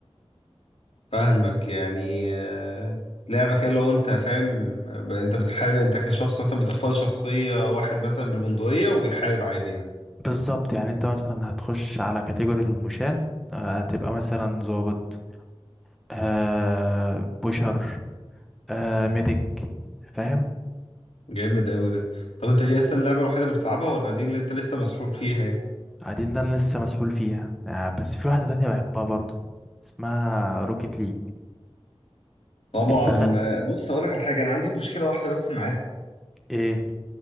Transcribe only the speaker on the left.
فاهمك يعني آه، لعبة كده لو انت فاهم آه، انت بتحارب انت كشخص مثلا بتختار شخصية واحد مثلا بالبندقية وبيحارب عادي يعني
جامد قوي ده طب انت دي اصلا اللعبة الوحيدة اللي بتلعبها ولا دي اللي انت لسه مسحول فيها يعني
طبعا
آه، بص اقول لك على حاجة انا عندي مشكلة واحدة بس معاها